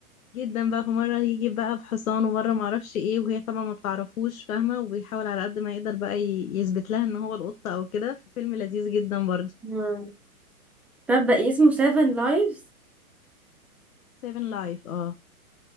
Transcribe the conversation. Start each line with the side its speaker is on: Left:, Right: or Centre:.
Left: جدا بقى في مرة يجي بقى بحصان ومرة معرفش ايه وهي طبعا ما بتعرفوش فاهمة وبيحاول على قد ما يقدر بقى ي- يثبت لها ان هو القطة او كده فيلم لذيذ جدا برضه
Centre: مم. طب بقى اسمه سيفن لايفز
Left: سيفن لايف اه